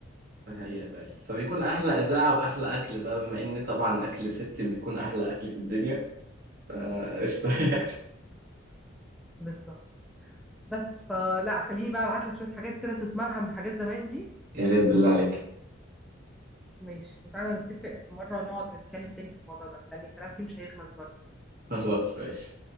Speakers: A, on the right; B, in the centre.
A: ده حقيقة فعلا فبيكون أحلى إذاعة وأحلى أكل بقى بما إن طبعا أكل ست بيكون أحلى أكل في الدنيا آه، قشطة <laughs>
B: بالظبط بس فلا خليني بقى أبعت لك شوية حاجات كده تسمعها من حاجات زمان دي
A: يا ريت بالله عليك
B: ماشي وتعالى نتفق في مرة نقعد نتكلم تاني في الموضوع ده لأن الكلام فيه مش هيخلص برضه
A: خلاص ماشي